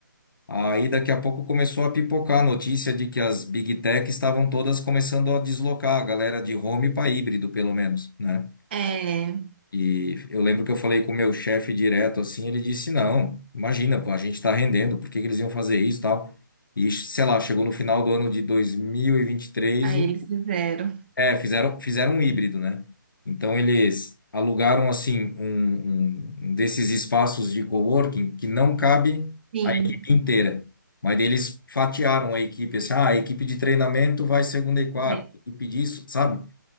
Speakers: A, on the left; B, on the right.
A: Aí daqui a pouco começou a pipocar a notícia de que as Big Tech estavam todas começando a deslocar a galera de home para híbrido, pelo menos, né?
B: É,
A: E eu lembro que eu falei com o meu chefe direto assim, ele disse: "Não, imagina, pô, a gente tá rendendo, por que que eles iam fazer isso, e tal?" E sei lá, chegou no final do ano de 2023,
B: aí
A: o-
B: eles fizeram.
A: é, fizeram fizeram um híbrido, né? Então eles alugaram assim um, um um desses espaços de coworking que não cabe
B: Sim,
A: a equipe inteira. Mas daí eles fatiaram a equipe assim, ah, a equipe de treinamento vai segunda e quarta,
B: bem,
A: a equipe disso, sabe?